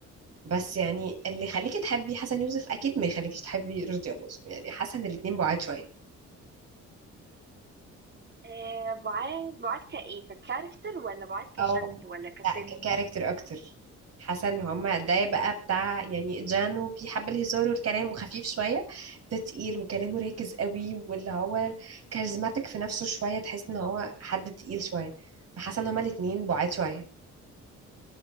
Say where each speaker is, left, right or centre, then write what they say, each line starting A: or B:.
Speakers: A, on the right; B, on the right.
A: بس يعني اللي يخليكي تحبي حسن يوسف اكيد ما يخليكيش تحبي رشدي اباظة يعني حسن الاتنين بعاد شويه
B: آه بعاد بعاد كايه ككاركتر ولا بعاد كشكل
A: او
B: ولا كسن
A: لا ككاركتر اكتر حاسه ان هما ده بقى بتاع يعني جانو بيحب الهزار والكلام وخفيف شويه ده تقيل وكلامه راكز قوي واللي هو كاريزماتيك في نفسه شويه تحس ان هو حد تقيل شويه فحاسه ان هما الاتنين بعاد شويه